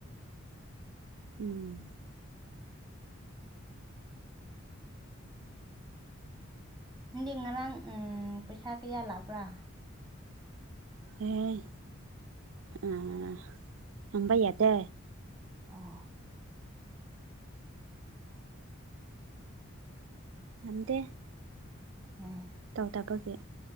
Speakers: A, on the right; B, in the centre.
A: ꯎꯝ
B: ꯅꯪꯗꯤ ꯉꯔꯥꯡ ꯎꯝ ꯄꯩꯁꯥ ꯀꯌꯥ ꯂꯥꯛꯄ꯭ꯔꯥ
A: ꯎꯝ ꯑꯥ ꯍꯪꯕ ꯌꯥꯗꯦ
B: ꯑꯣ
A: ꯍꯟꯗꯦ
B: <unintelligible>
A: ꯇꯧꯗꯕꯒꯤ